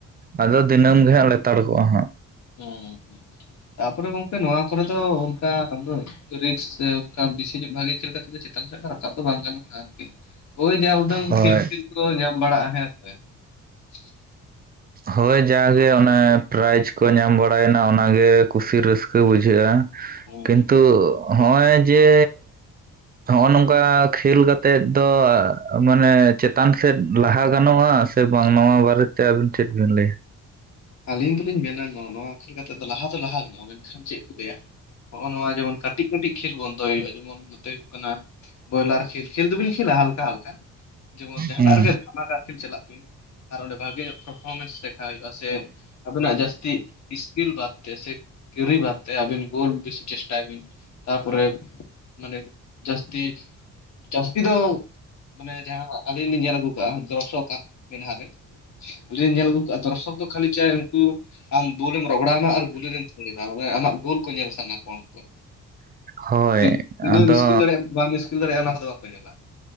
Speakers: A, on the right; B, on the left.
A: ᱟᱫᱚ ᱫᱤᱱᱟᱹᱢ ᱜᱮ ᱦᱟᱜ ᱞᱮᱛᱟᱲ ᱠᱚᱜᱼᱟ ᱦᱟᱜ
B: ᱦᱩᱸ ᱛᱟᱯᱚᱨᱮ ᱜᱚᱝᱠᱮ ᱱᱚᱣᱟ ᱠᱚᱨᱮ ᱫᱚ ᱚᱱᱠᱟ <unintelligible> ᱨᱤᱠᱥ ᱥᱮ ᱚᱠᱟ ᱵᱮᱥᱤ ᱧᱚᱜ ᱵᱷᱟᱜᱤ ᱠᱷᱮᱞ ᱠᱟᱛᱮ ᱪᱮᱛᱟᱱ ᱥᱮᱫ ᱫᱚ ᱨᱟᱠᱟᱵ ᱫᱚ ᱵᱟᱝ ᱜᱟᱱᱚᱜᱼᱟ ᱟᱨᱠᱤ ᱳᱭ ᱡᱟ ᱩᱰᱟᱹᱝ
A: ᱦᱳᱭ
B: ᱠᱷᱮᱯ ᱠᱷᱮᱞ ᱠᱚ ᱧᱟᱢ ᱵᱟᱲᱟᱜᱼᱟ ᱦᱮᱸ ᱥᱮ <unintelligible>
A: ᱦᱳᱭ ᱡᱟᱜᱮ ᱚᱱᱮ ᱯᱨᱟᱭᱤᱡᱽ ᱠᱚ ᱧᱟᱢ ᱵᱟᱲᱟᱭᱮᱱᱟ ᱚᱱᱟᱜᱮ ᱠᱩᱥᱤ ᱨᱟᱹᱥᱠᱟᱹ ᱵᱩᱡᱷᱟᱹᱜᱼᱟ
B: ᱦᱩᱸ
A: ᱠᱤᱱᱛᱩ
B: ᱦᱩᱸ
A: ᱦᱚᱜᱼᱚᱭ ᱡᱮ ᱦᱚᱸᱜᱼᱚ ᱱᱚᱝᱠᱟ ᱠᱷᱮᱞ ᱠᱟᱛᱮ ᱛᱮᱫ ᱫᱚ ᱢᱟᱱᱮ ᱪᱮᱛᱟᱱ ᱥᱮᱫ ᱞᱟᱦᱟ ᱜᱟᱱᱚᱜᱼᱟ ᱥᱮ ᱵᱟᱝ ᱱᱚᱣᱟ ᱵᱟᱨ ᱟᱛᱮ ᱟᱵᱤᱱ ᱪᱮᱫ ᱵᱤᱱ ᱞᱟᱹᱭᱟ
B: ᱟᱹᱞᱤᱧ ᱫᱚᱞᱤᱧ ᱢᱮᱱᱟ ᱱᱚᱜ ᱱᱚᱣᱟ ᱪᱤᱠᱟᱹ ᱛᱮᱫᱚ ᱫᱚ ᱞᱟᱦᱟ ᱫᱚ ᱞᱟᱦᱟ ᱜᱟᱱᱚᱜᱼᱟ ᱢᱮᱱᱠᱷᱟᱱ ᱪᱮᱫ ᱠᱚ ᱞᱟᱹᱭᱟ ᱱᱚᱜᱼᱚᱭ ᱱᱚᱣᱟ ᱡᱮᱢᱚᱱ ᱠᱟᱹᱴᱤᱡ ᱠᱟᱹᱴᱤᱡ ᱠᱷᱮᱞ ᱵᱚᱱᱫᱚᱭ ᱦᱩᱭᱩᱜᱼᱟ ᱡᱮᱢᱚᱱ ᱱᱚᱛᱮ ᱦᱩᱭᱩᱜ ᱠᱟᱱᱟ ᱵᱚᱭᱞᱟᱨ ᱠᱷᱮᱞ ᱠᱷᱮᱞ ᱫᱚᱵᱤᱱ ᱠᱷᱮᱞᱟ ᱦᱟᱞᱠᱟ ᱦᱟᱞᱠᱟ ᱡᱮᱢᱚᱱ ᱡᱟᱦᱱᱟᱜ
A: ᱦᱩᱸ
B: ᱨᱮᱜᱮ ᱫᱷᱟᱢᱟᱠᱟ ᱠᱷᱮᱞ ᱪᱟᱞᱟᱜ ᱵᱤᱱ ᱟᱨ ᱚᱸᱰᱮ ᱵᱷᱟᱜᱮ ᱧᱚᱜ ᱯᱟᱨᱯᱷᱚᱨᱢᱮᱱᱥ ᱫᱮᱠᱷᱟᱣ ᱦᱩᱭᱩᱜᱼᱟ ᱥᱮ ᱟᱹᱵᱤᱱᱟᱜ ᱡᱟᱹᱥᱛᱤ ᱤᱥᱠᱤᱞ ᱵᱟᱫᱛᱮ ᱥᱮ ᱠᱤᱨᱤ ᱵᱟᱫᱛᱮ ᱟᱹᱵᱤᱱ ᱜᱚᱞ ᱵᱮᱥᱤ ᱪᱮᱥᱴᱟᱭ ᱵᱤᱱ ᱛᱟᱨᱯᱚᱨᱮ ᱢᱟᱱᱮ ᱡᱟᱹᱥᱛᱤ ᱡᱟᱹᱥᱛᱤ ᱫᱚ ᱢᱟᱱᱮ ᱡᱟᱦᱟᱸ ᱟᱹᱞᱤᱧ ᱞᱤᱧ ᱧᱮᱞ ᱟᱹᱜᱩ ᱠᱟᱜᱼᱟ ᱫᱚᱨᱥᱚᱠᱟᱜ ᱢᱮᱫᱦᱟ ᱨᱮ ᱟᱹᱞᱤᱧ ᱞᱤᱧ ᱧᱮᱞ ᱟᱹᱜᱩ ᱠᱟᱜᱼᱟ ᱫᱚᱨᱥᱚᱠ ᱫᱚ ᱠᱷᱟᱹᱞᱤ ᱪᱟᱭ ᱩᱱᱠᱩ ᱟᱢ ᱵᱳᱞᱮᱢ ᱨᱚᱜᱚᱲᱣᱱᱟ ᱟᱨ ᱵᱳᱞᱤ ᱨᱮᱢ ᱛᱷᱟᱹᱲ ᱮᱱᱟ ᱢᱟᱱᱮ ᱟᱢᱟᱜ ᱜᱳᱞ ᱠᱚ ᱧᱮᱞ ᱥᱟᱱᱟ ᱠᱚᱣᱟ ᱩᱱᱠᱩ
A: ᱦᱳᱭ
B: ᱛᱤᱱᱟᱹᱜ
A: ᱟᱫᱚ
B: ᱮᱢ ᱤᱥᱠᱤᱞ ᱫᱟᱲᱮᱭᱟᱜᱼᱟ ᱵᱟᱢ ᱤᱥᱠᱤᱞ ᱫᱟᱲᱮᱭᱟᱜᱼᱟ ᱚᱱᱟ ᱠᱚᱫᱚ ᱵᱟᱠᱚ ᱧᱮᱞᱟ